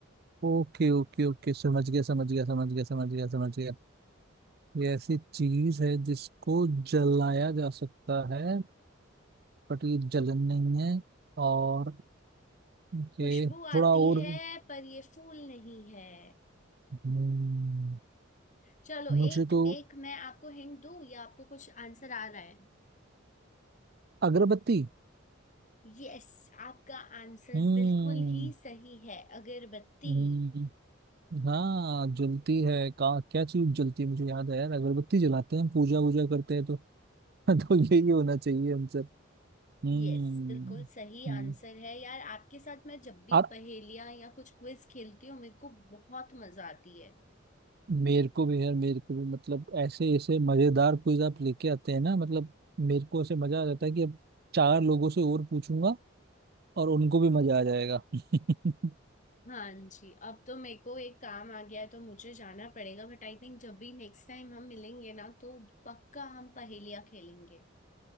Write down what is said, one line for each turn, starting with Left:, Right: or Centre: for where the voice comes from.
Right: ओके ओके ओके समझ गया समझ गया समझ गया समझ गया समझ गया ये ऐसी चीज है जिसको जलाया जा सकता है बट ये जलन नहीं है और ओके
Left: खुशबू आती
Right: थोड़ा और
Left: है पर ये फूल नहीं है
Right: हम्म,
Left: चलो
Right: मुझे
Left: एक
Right: तो
Left: एक मैं आपको हिंट दूं या आपको कुछ आंसर आ रहा है
Right: अगरबत्ती
Left: यस आपका आंसर
Right: हम्म
Left: बिल्कुल ही सही है अगरबत्ती
Right: हम्म। हाँ जलती है का क्या चीज जलती है मुझे याद है यार अगरबत्ती जलाते हैं पूजा वूजा करते हैं तो <laughs> तो यही होना चाहिए हम सब हम्म
Left: यस बिल्कुल सही
Right: हम्म।
Left: आंसर है यार आपके साथ मैं जब भी
Right: और
Left: पहेलियां या कुछ क्विज खेलती हूँ मेरे को बहुत मजा आती है
Right: मेरे को भी यार मेरे को भी मतलब ऐसे ऐसे मजेदार क्विज आप लेके आते हैं ना मतलब मेरे को ऐसे मजा आ जाता है कि अब चार लोगों से और पूछूंगा और उनको भी मजा आ जाएगा <laughs>
Left: हाँ जी अब तो मेरे को एक काम आ गया है तो मुझे जाना पड़ेगा बट आई थिंक जब भी नेक्स्ट टाइम हम मिलेंगे ना तो पक्का हम पहेलियां खेलेंगे